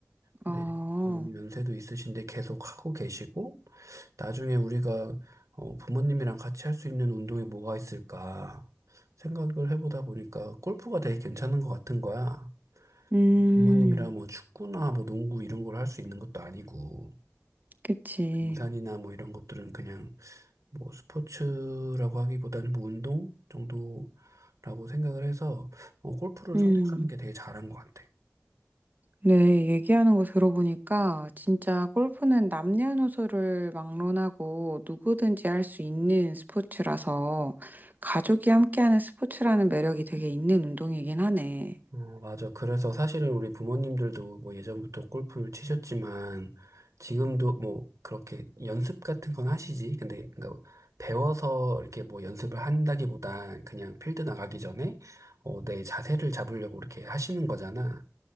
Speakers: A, on the right; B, on the right.
A: 아,
B: 네. 부모님 연세도 있으신데 계속 하고 계시고 나중에 우리가 어, 부모님이랑 같이 할 수 있는 운동이 뭐가 있을까 생각을 해보다 보니까 골프가 되게 괜찮은 것 같은 거야.
A: 음,
B: 부모님이랑 뭐 축구나 뭐 농구 이런 걸 할 수 있는 것도 아니고
A: 그치.
B: 등산이나 뭐 이런 것들은 그냥 뭐 스포츠라고 하기보다는 뭐 운동 정도라고 생각을 해서 어, 골프를
A: 음,
B: 선택하는 게 되게 잘한 것 같아.
A: 네, 얘기하는 거 들어보니까 진짜 골프는 남녀노소를 막론하고 누구든지 할 수 있는 스포츠라서 가족이 함께하는 스포츠라는 매력이 되게 있는 운동이긴 하네.
B: 어, 맞아. 그래서 사실은 우리 부모님들도 뭐 예전부터 골프를 치셨지만 지금도 뭐 그렇게 연습 같은 건 하시지. 근데 그러니까 배워서 이렇게 뭐 연습을 한다기보다 그냥 필드 나가기 전에 어, 내 자세를 잡으려고 이렇게 하시는 거잖아.